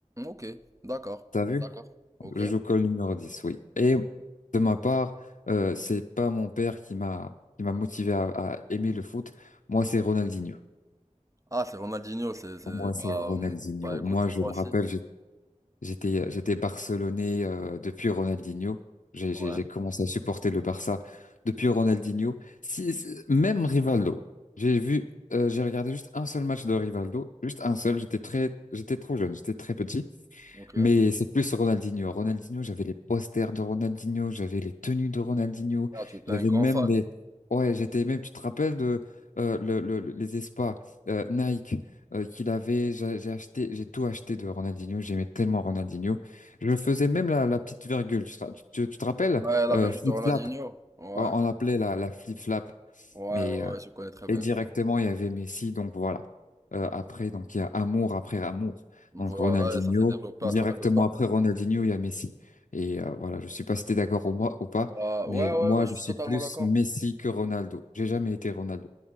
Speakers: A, on the right; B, on the left.
A: Ok, d'accord,
B: T'as vu?
A: d'accord, ok.
B: Je joue comme le numéro 10, oui. Et de ma part, euh, c'est pas mon père qui m'a qui m'a motivé à, à aimer le foot. Moi, c'est Ronaldinho.
A: Ah, c'est Ronaldinho, c'est, c'est,
B: Moi, c'est
A: bah,
B: Ronaldinho.
A: euh, bah écoute,
B: Moi, je
A: moi
B: me
A: aussi.
B: rappelle, J'étais, euh, j'étais Barcelonais euh, depuis Ronaldinho. J'ai,
A: Ouais,
B: j'ai, j'ai commencé à supporter le Barça depuis Ronaldinho. Si, si- même Rivaldo. J'ai vu, euh, j'ai regardé juste un seul match de Rivaldo, juste un seul. J'étais très, j'étais trop jeune, j'étais très petit.
A: ok.
B: Mais c'est plus Ronaldinho. Ronaldinho, j'avais les posters de Ronaldinho, j'avais les tenues de Ronaldinho,
A: Ah, tu es
B: j'avais
A: un grand
B: même
A: fan.
B: les... Ouais, j'étais même, tu te rappelles de euh, le, le- le- les espas euh, Nike euh, qu'il avait, j'a- j'ai acheté, j'ai tout acheté de Ronaldinho, j'aimais tellement Ronaldinho. Je faisais même la, la petite virgule, tu te, ra- tu- tu- tu te rappelles?
A: Ouais, la
B: Euh,
A: vertu
B: flip-flap,
A: de Ronaldinho. Ouais,
B: on, on l'appelait la, la flip-flap.
A: ouais,
B: Mais
A: ouais,
B: euh,
A: ouais, je connais très
B: et
A: bien,
B: directement,
A: je vois.
B: il y avait Messi, donc voilà. Euh, après, donc il y a amour après amour.
A: Voilà,
B: Donc Ronaldinho,
A: et ça s'est développé
B: directement
A: à travers le temps.
B: après Ronaldinho, il y a Messi. Et euh, voilà, je suis pas si t'es d'accord ou, moi, ou pas,
A: Bah,
B: mais
A: ouais, ouais,
B: moi,
A: ouais, je
B: je
A: suis
B: suis
A: totalement
B: plus
A: d'accord.
B: Messi que Ronaldo. J'ai jamais été Ronaldo.